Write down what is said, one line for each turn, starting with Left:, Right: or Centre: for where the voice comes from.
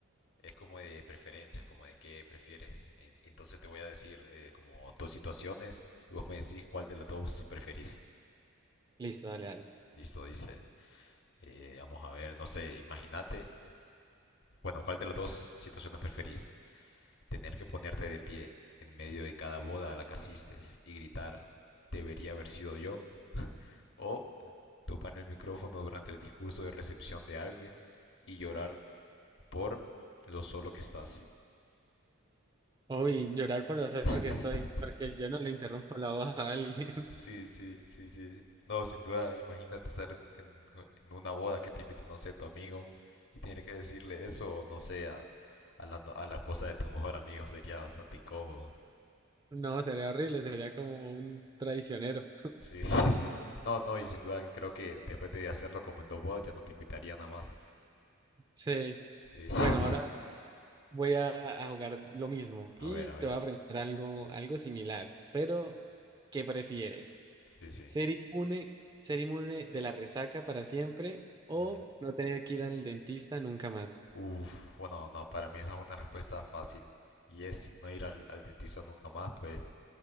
Left: Es como de preferencias, como de qué prefieres. En- Entonces te voy a decir eh, como dos situaciones y vos me decís cuál de las dos preferís.
Right: Listo, dale, dale.
Left: Listo, dice. Eh, vamos a ver, no sé, imagínate. Bueno, ¿cuál de las dos situaciones preferís? tener que ponerte de pie en medio de cada boda a la que asistes y gritar, debería haber sido yo, o tomar el micrófono durante el discurso de recepción de alguien y llorar por lo solo que estás.
Right: Uy, llorar por lo solo
Left: <laughs>
Right: que estoy, porque yo no le interrumpo la voz a alguien.
Left: Sí,
Right: <laughs>
Left: sí, sí, sí. No, sin duda, imagínate estar en, en- en una boda que te invite, no sé, tu amigo y tener que decirle eso, no sé, a, a la, no- a la esposa de tu mejor amigo, sería bastante incómodo.
Right: No, sería horrible, sería como un traicionero.
Left: Sí, <laughs> sí, sí. No, no, y sin duda que creo que después de hacerlo como en dos bodas ya no te invitaría nada más.
Right: Sí,
Left: Sí, sí,
Right: bueno,
Left: <laughs>
Right: ahora
Left: sí.
Right: voy a, a jugar lo mismo
Left: A
Right: y
Left: ver, a ver.
Right: te voy a preguntar algo, algo similar, pero ¿qué prefieres?
Left: Sí, sí.
Right: ¿Ser inmune, ser inmune de la resaca para siempre o
Left: Ujú.
Right: no tener que ir al dentista nunca más?
Left: Uf, bueno, no, para mí esa es una respuesta fácil. Y es no ir al, al dentista nunca más, pues